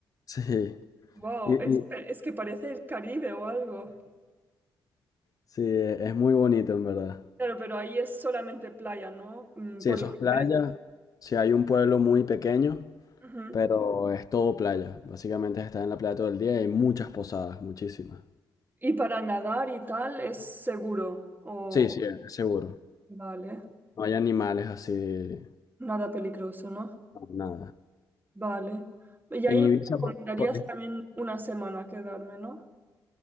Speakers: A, on the left; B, on the right.
A: Sí.
B: wow,
A: Y, y-
B: es, es que parece el Caribe o algo.
A: Sí, e- es muy bonito en verdad.
B: Claro, pero ahí es solamente playa, ¿no? Mm,
A: Sí,
B: Por
A: eso
B: lo
A: es playa.
B: que veo.
A: Sí, hay un pueblo muy pequeño,
B: Ujú.
A: pero es todo playa. Básicamente está en la playa todo el día y hay muchas posadas, muchísimas.
B: Y para nadar y tal es seguro, o...
A: Sí, sí, es seguro.
B: Vale,
A: No hay animales así, no,
B: nada peligroso, ¿no?
A: nada.
B: Vale. Y ahí
A: En
B: me
A: Ibiza,
B: recomendarías
A: por, por-
B: también una semana quedarme, ¿no?